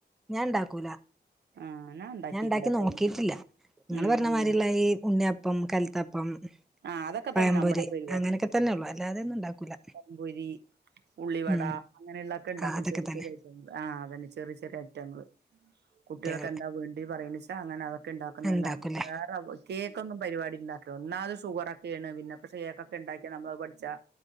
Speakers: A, in the centre; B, on the right.
A: ഞാൻ ഉണ്ടാക്കൂല
B: ആ ഉണ്ടാക്കിയിട്ടില്ല
A: ഞാൻ ഇണ്ടാക്കി
B: അപ്പം
A: നോക്കിട്ടില്ല ഇങ്ങള്
B: ഉം
A: പറഞ്ഞമാതിരിള്ള
B: ഉം
A: ഈ ഉണ്ണിയപ്പം കലത്തപ്പം
B: ആഹ് അതൊക്കെ
A: പഴംപൊരി
B: തന്നെ നമ്മുടേം പരിപാടി
A: അങ്ങനെയൊക്കെ തന്നെ ഒള്ളു അല്ലാതെയൊന്നും ഇണ്ടാക്കൂല
B: പമ്പൊരി ഉള്ളിവട
A: ഉം
B: അങ്ങനെയുള്ളൊക്കെ ഇണ്ടാക്കും
A: ആഹ് അതൊക്കെ
B: ചെറിചെറി
A: തന്നെ
B: ഐറ്റങ്ങള് ആ അതന്നെ ചെറി ചെ റ്യ ഐറ്റങ്ങള് കുട്ടികൾക്ക്
A: കുട്ടികള്
B: എന്താ വേണ്ട് പറയ്ണ്ച്ച ച അങ്ങന അവ ക്കെ ഇണ്ടാക്കുന്നല്ലാണ്ട്
A: ഇണ്ടാക്കൂലേ
B: വേറെ കേക്കൊന്നും പരിവാടി ഇണ്ടാ ഇക്ക്യൊന്നാത് സ് ഷുഗർ ഒക്കേണ് പിന്നെ പക്ഷെ കേക്കൊക്കെ ഉണ്ടാക്കി നമ്മളത് പഠിച്ചാ